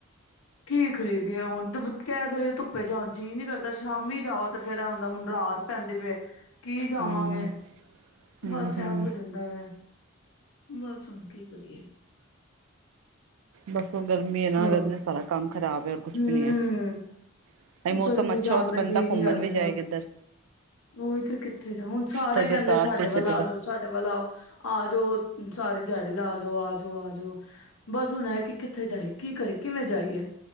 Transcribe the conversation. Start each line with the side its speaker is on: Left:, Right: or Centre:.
Left: ਕੀ ਖਰੀਦੀਏ ਹੁਣ, ਤ ਕਹਿ ਤੇ ਰਹੀ ਧੁੱਪੇ ਜਾਣ ਜੀ ਨਹੀ ਕਰਦਾ, ਸ਼ਾਮੀ ਜਾਓ ਤੇ ਫੇਰ ਐ ਹੁਂਦਾ ਹੁਣ ਰਾਤ ਪੈਂਦੀ ਪੀ ਏ। ਕੀ ਜਾਵਾਂਗੇ,
Right: ਹਮ ਹਮ
Left: ਬਸ ਇਹ
Right: ਹਮ
Left: ਹੋ ਜਾਂਦਾ ਵੈ। ਬਸ ਹੁਣ ਕੀ ਕਰੀਏ?
Right: ਬਸ ਉਹ ਗਰਮੀ ਆ ਨਾ
Left: ਹਾਂ
Right: ਸਾਰਾ ਕੰਮ ਖ਼ਰਾਬ ਹੈ ਔਰ ਕੁਛ
Left: ਹੂੰ
Right: ਵੀ ਨਹੀਂ ਹੈ। ਨਹੀਂ ਮੌਸਮ
Left: ਗਰਮੀ
Right: ਅੱਛਾ
Left: ਜਾਣ
Right: ਹੋ ਤਾਂ
Left: ਦਾ
Right: ਬੰਦਾ
Left: ਜੀ ਨੀ
Right: ਘੁੰਮਣ
Left: ਕਰਦਾ
Right: ਵੀ ਜਾਏ
Left: ਨਾ।
Right: ਕਿੱਧਰ
Left: ਉਹੀ ਤੇ ਕਿੱਥੇ ਜਾਵੇ? ਹੁਣ ਸਾਰੇ
Right: ਫਿਰ
Left: ਕਹਿੰਦੇ
Right: ਬਰਸਾਤ
Left: ਸਾਡੇ
Right: ਬਰਸੁਤ
Left: ਵੱਲ ਆ ਜਾਓ, ਸਾਡੇ ਵੱਲ ਆਓ ਅ ਆਜੋ ਸਾਰੇ ਦਿਹਾੜੀ ਲਾਜੋ ਆਕੇ। ਜੋ ਆਜੋ ਬਸ ਹੁਣ ਐ ਕਿ ਕਿੱਥੇ ਜਾਏ? ਕੀ ਕਰੀਏ ਕਿਵੇਂ ਜਾਈਏ?